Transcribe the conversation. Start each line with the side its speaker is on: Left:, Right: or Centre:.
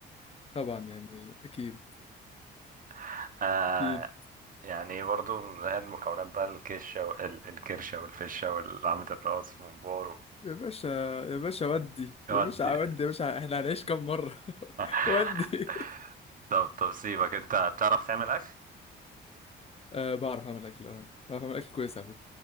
Left: طبعا يعني اكيد
Right: <laughs> آه
Left: اكيد
Right: يعني برضو من هي المكونات بقى الكشة وال- الكرشة والفشة والعمة الراس وممبار
Left: يا باشا يا باشا ودي
Right: يودي
Left: يا باشا ودي يا باشا احنا هنعيش كام مره <laughs>
Right: <laughs>
Left: ودي
Right: طب طب سيبك انت بتعرف تعمل اكل
Left: أه بعرف أعمل أكل أه بعرف أعمل أكل كويس على فكرة